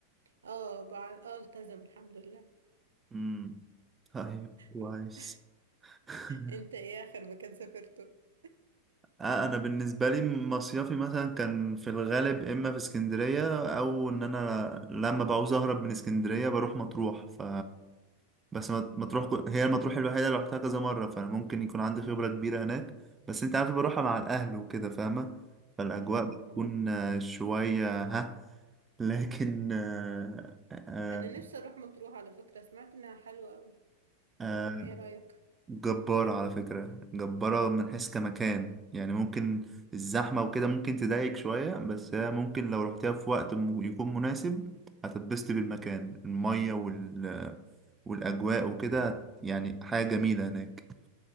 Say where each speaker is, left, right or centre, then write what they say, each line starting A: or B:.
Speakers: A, on the right; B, on the right.
A: اه بعد اه التزم الحمد لله
B: امم طيب كويس
A: <laughs>
B: <laughs>
A: انت ايه آخر مكان سافرته؟
B: آه، انا بالنسبه لي مصيفي مثلا كان في الغالب اما في اسكندريه او ان انا لما بعوز اهرب من اسكندريه بروح مطروح ف بس مط- مطروح كو- هي المطروح الوحيده اللي رحتها كذا مره فانا ممكن يكون عندي خبره كبيره هناك بس انت عارف بروحها مع الاهل وكده فاهمه فالاجواء
A: اه
B: بتكون
A: فاهم.
B: آه، شويه ها لكن آه، آه،
A: انا نفسي اروح مطروح على فكرة سمعت انها حلوة قوي
B: آه،
A: ولا ايه رأيك؟
B: جبارة على فكرة جبارة من حيث كمكان يعني ممكن الزحمة وكده ممكن تضايق شوية بس هي ممكن لو رحتها في وقت م- يكون مناسب هتتبسط بالمكان المية وال... والأجواء وكده هت- يعني حاجة جميلة هناك